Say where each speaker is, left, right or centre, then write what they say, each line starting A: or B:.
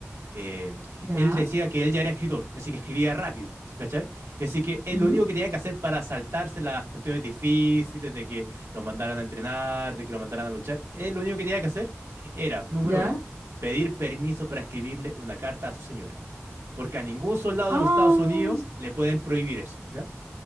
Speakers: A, on the right; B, on the right.
A: eh,
B: Ya.
A: él decía que él ya era escritor, así que escribía rápido, ¿cachai? Así que él
B: ujú,
A: lo único que tenía que hacer para saltarse las cuestiones difíciles de que lo mandaran a entrenar, de que lo mandaran a luchar, él lo único que tenía que hacer era, número
B: Ya.
A: uno, pedir permiso para escribirle una carta a su señora, porque a ningún soldado
B: Ah,
A: de los Estados Unidos le pueden prohibir eso, ¿ya?